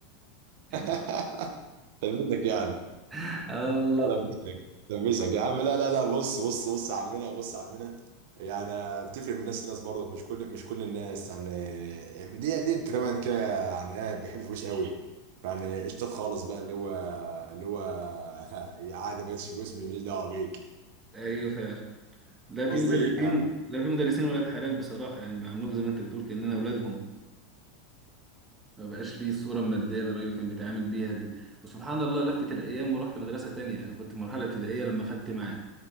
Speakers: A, on the right; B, on the right.
A: يعني
B: <laughs> ثبتك يعني
A: <laughs> اه والله
B: لبسك لبسك يا عم لا لا لا بص بص بص يا عمنا بص يا عمنا يعني بتفرق من الناس للناس برضك مش كل مش كل الناس يعني دي دي تقريبا كده يعني ايه بيحب الفلوس قوي يعني قشطات خالص بقى اللي هو اللي هو <laughs> عادي ما جاتش فلوس ماليش دعوه بيك
A: ايوه فعلا لا
B: قصدي
A: في مدرسين
B: فاهم
A: لا في مدرسين ولاد حلال بصراحة يعني بيعاملوك زي ما انت بتقول كأننا اولادهم ما بقاش فيه الصورة المادية اللي الراجل كان بيتعامل بيها دي وسبحان الله لفت الأيام ورحت مدرسة تانية أنا كنت في مرحلة ابتدائية لما خدت معاه